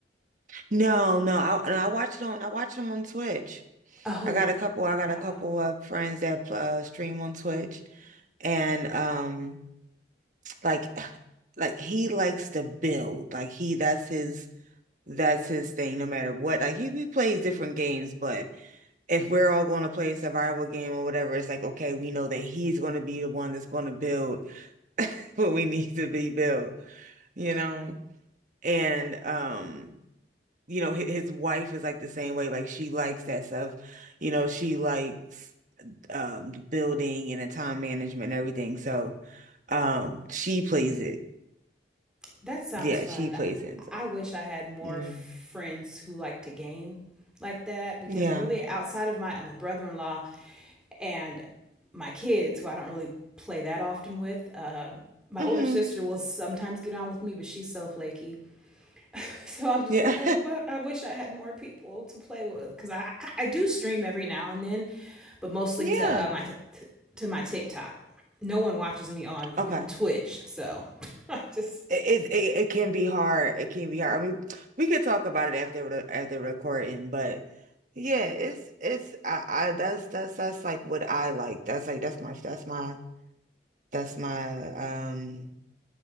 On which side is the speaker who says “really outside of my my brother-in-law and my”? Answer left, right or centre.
Centre